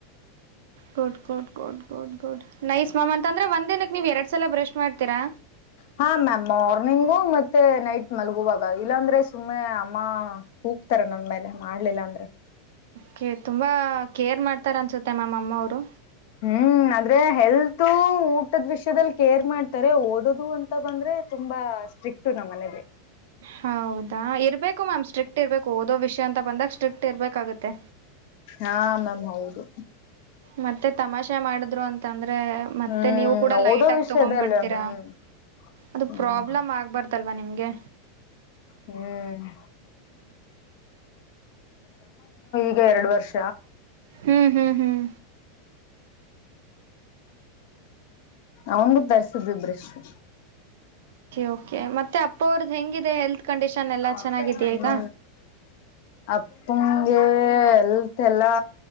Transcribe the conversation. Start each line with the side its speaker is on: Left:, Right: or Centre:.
Right: good good good good good nice ma'am ಅಂತ ಅಂದ್ರೆ ಒಂದ್ ದಿನಕ್ಕೆ ನೀವ್ ಎರಡ್ ಸಲ ಬ್ರಷ್ ಮಾಡ್ತೀರಾ
Left: ಹಾ ಮ್ಯಾಮ್ ಮಾರ್ನಿಂಗು ಮತ್ತೆ ನೈಟ್ ಮಲ್ಗುವಾಗ ಇಲ್ಲಾಂದ್ರೆ ಸುಮ್ಮನೆ ಅಮ್ಮ ಕೂಕ್ತಾರ ನನ್ ಮೇಲೆ ಮಾಡ್ಲಿಲ್ಲ ಅಂದ್ರೆ
Right: ಕತ ತುಂಬಾ ಕೇರ್ ಮಾಡ್ತಾರೆ ಅನ್ಸುತ್ತೆ ಮ್ಯಾಮ್ ಅಮ್ಮ ಅವ್ರು ಡು
Left: ಹ್ಮ್ ಆದ್ರೆ ಹೆಲ್ತ್ ಊಟದ ವಿಷ್ಯದಲ್ಲಿ ಕೇರ್ ಮಾಡ್ತಾರೆ ಓದೋದು ಅಂತ ಬಂದ್ರೆ ತುಂಬಾ ಸ್ಟ್ರಿಕ್ಟ ನಮ್ಮ್ ಮನೆಲ್ಲಿ
Right: ಹೌದಾ ಇರ್ಬೇಕ ಕಾಮ ಸ್ಟ್ರಿಕ್ ಇರ್ಬೇಕು ಓದೋ ವಿಷಯ ಅಂತ ಬಂದಾಗ ಸ್ಟ್ರಿ ಟ್ಟ ಇರ್ಬೇಕಾಗುತ್ತೆ
Left: ಹಾ ಮ್ಯಾಮ್ ಹೌದು
Right: ಮತ್ತೆ ತಮಾಷೆ ಮಾಡಿದ್ರು ಅಂತ ಅಂದ್ರ ಅಂದ್ರೆ ಮೆತ್ತೆ
Left: ಹ್ಮ್
Right: ನೀವು ಕೂಡ ಲೈಟ್
Left: ಓದೋ
Right: ಆ
Left: ವಿಷಯದಲ್ಲ
Right: ತೊಂಡ್ ಬಿಡ್ತೀರ
Left: ಹ್ಮ್
Right: ಅದು
Left: ಹ್ಮ್
Right: ಪ್ರಬ್ಲಮ್ ಹಾಗ್ಬಾರ್ದಲ್ ನಿಮಗೆ
Left: ಹ್ಮ್ ಈ ಎರಡು ವರ್ಷ
Right: ಹ್ಮ್ ಹ್ಮ್ ಹ್ಮ್
Left: ಅವಂಗ ತರ್ರಿಸಿದ್ವಿ ಬ್ರಷ್ಟು
Right: ಓಕೆ ಮತ್ತೆ ಅಪ್ಪ <unintelligible> ಹೆಲ್ತ್ ಕಂಡೀಷನ್ ಎಲ್ಲ
Left: ಹ್ಮ
Right: ಚೆನ್ನಾಗಿದೆಯಾ ಈಗ
Left: ಅಪ್ಪಗೆ ಎಲ್ಲ ಅ ಎಲ್ಲಾ